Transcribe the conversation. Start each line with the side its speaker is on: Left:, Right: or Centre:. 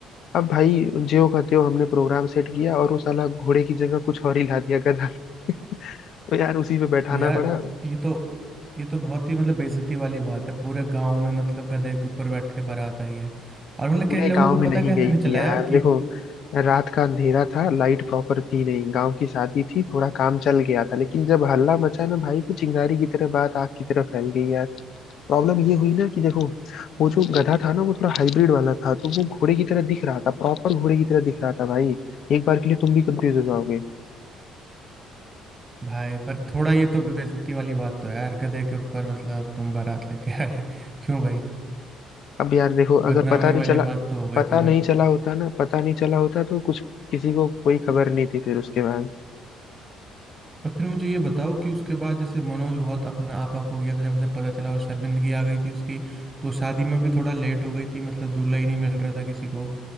Left: अब भाई ज्यों का त्यों हमने प्रोग्राम सेट किया और वो साला घोड़े की जगह कुछ और ही ला दिया गधा <laughs> तो यार उसी पे बैठाना
Right: तो यार
Left: पड़ा
Right: ये तो ये तो बहुत ही मतलब बेइज्जती वाली बात है पूरे गांव में मतलब गधे के ऊपर बैठ के बारात आई है और मतलब
Left: पूरे
Right: कई लोगों
Left: गांव
Right: को
Left: में नहीं
Right: पता कैसे
Left: गई
Right: नहीं
Left: थी
Right: चला
Left: यार
Right: यार
Left: देखो
Right: कि
Left: रात का अंधेरा था लाइट प्रॉपर थी नहीं गांव की शादी थी थोड़ा काम चल गया था लेकिन जब हल्ला मचा ना भाई तो चिंगारी की तरह बात आग की तरह फैल गई यार प्रॉब्लम ये हुई ना कि देखो वो जो गधा था ना वो थोड़ा हाइब्रिड वाला था तो वो घोड़े की तरह दिख रहा था प्रॉपर घोड़े की तरह दिख रहा था भाई एक बार के लिए तुम भी कंफ्यूज हो जाओगे
Right: भाई पर थोड़ा ये तो बेइज्जती वाली बात तो है यार गधे के ऊपर मतलब तुम बारात लेके आए <laughs> क्यों भाई
Left: अब यार देखो
Right: बदनामी
Left: अगर पता नहीं
Right: वाली
Left: चला
Right: बात तो हो गई
Left: पता
Right: थोड़ा
Left: नहीं चला होता ना पता नहीं चला होता तो कुछ किसी को कोई खबर नहीं थी फिर उसके बाद
Right: और फिर मुझे ये बताओ कि उसके बाद जैसे मनोज बहुत अपना आपा खो गया था जब उसे पता चला और शर्मिंदगी आ गई थी उसकी तो शादी में भी थोड़ा लेट हो गई थी मतलब दूल्हा ही नहीं मिल रहा था किसी को